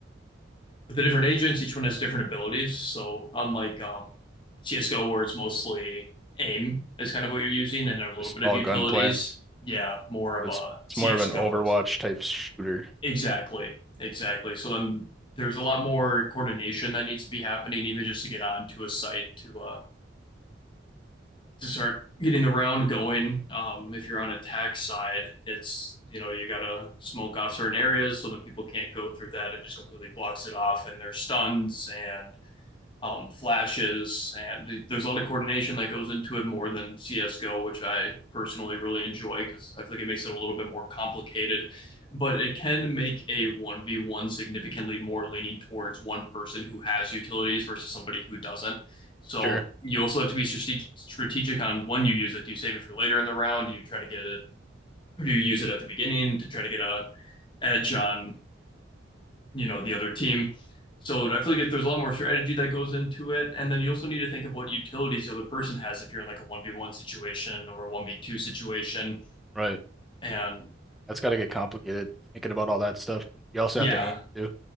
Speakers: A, on the left; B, in the centre.
A: with the different agents, each one has different abilities. So unlike, um, CSGO where it's mostly aim is kind of what you're using and a little
B: just
A: bit
B: all
A: of utilities,
B: gunplay.
A: yeah, more of
B: It's
A: a CSGO
B: it's more of an Overwatch
A: is.
B: type shooter.
A: Exactly. Exactly. So then there's a lot more coordination that needs to be happening, even just to get onto a site to uh to start getting the round going. Um, if you're on a tax side, it's you know you gotta smoke off certain areas so then people can't go through that. and just completely blocks it off, and they're stuns and um, flashes, and there's a lot of coordination that goes into it more than CS:GO, which I personally really enjoy because I feel like it makes it a little bit more complicated. But it can make a 1v1 significantly more leaning towards one person who has utilities versus somebody who doesn't. So
B: Sure.
A: you also have to be strategic on when you use it. Do you save it for later in the round? Do you try to get it, or do you use it at the beginning to try to get a edge on you know, the other team. So I feel like there's a lot more strategy that goes into it. And then you also need to think of what utilities the other person has if you're in like a 1v1 situation or a 1v2 situation.
B: Right.
A: And
B: That's gotta get complicated thinking about all that stuff. You also
A: yeah,
B: have to aim too.